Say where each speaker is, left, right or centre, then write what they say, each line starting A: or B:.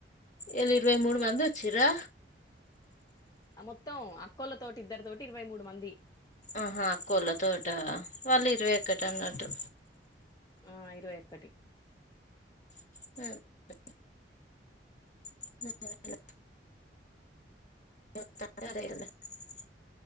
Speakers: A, on the left (about 45°); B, on the left (about 20°).
A: ఇల్ ఇరవై మూడు మంది వచ్చిరా
B: మొత్తం అక్కోళ్ళ తోటి ఇద్దరి తోటి ఇరవై మూడు మంది
A: ఆహా కోళ తోట వాళ్ళు ఇరవై కట్టర్నడుటు
B: అ ఇరవై ఒక్కటి
A: <unintelligible> <unintelligible> <unintelligible>